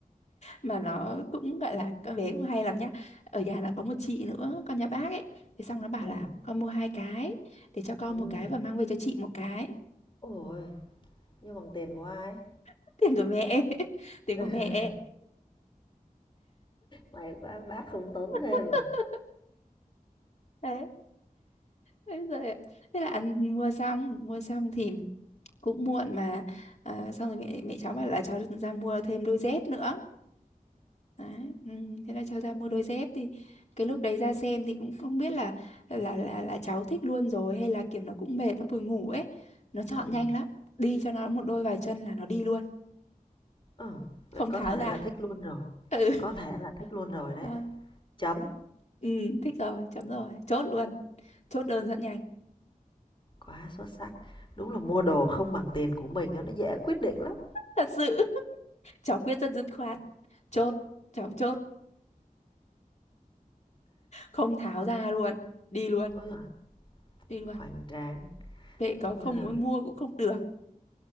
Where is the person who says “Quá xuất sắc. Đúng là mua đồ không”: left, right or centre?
Left